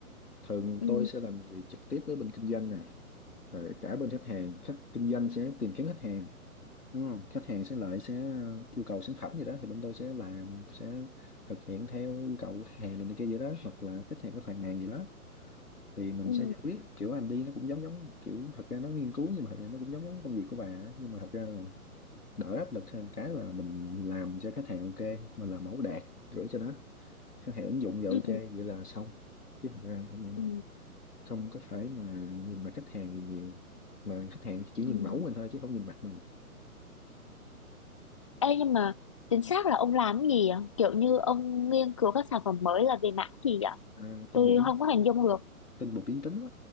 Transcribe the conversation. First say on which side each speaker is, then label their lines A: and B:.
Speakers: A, on the left (about 85°); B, on the left (about 20°).
A: thường
B: ừ
A: tôi sẽ làm việc trực tiếp với bên kinh doanh nè rồi cả bên khách hàng khách kinh doanh sẽ tìm kiếm khách hàng đúng không khách hàng sẽ lại sẽ yêu cầu sản phẩm gì đó thì bên tôi sẽ làm sẽ thực hiện theo yêu cầu của khách hàng rồi này kia gì đó hoặc là khách hàng có phàn nàn gì đó thì mình
B: ừ
A: sẽ giải quyết kiểu anh đi nó cũng giống giống kiểu thật ra nó nghiên cứu nhưng mà thật ra nó cũng giống giống công việc của bà á. nhưng mà thật ra là đỡ áp lực hơn cái là mình làm cho khách hàng ok mình làm mẫu đạt gửi cho nó khách hàng ứng dụng giờ
B: ừ
A: ok vậy là xong chứ thật ra không
B: ừ
A: không có phải mà nhìn mặt khách hàng gì nhiều mà khách hàng chỉ
B: ừ
A: nhìn mẫu mình thôi chứ không nhìn mặt mình
B: Ê, nhưng mà chính xác là ông làm cái gì ạ kiểu như ông nghiên cứu các sản phẩm mới là về mảng gì ạ
A: à, tin
B: tôi
A: bột biến
B: không có hình dung được
A: tin bột biến tính đó.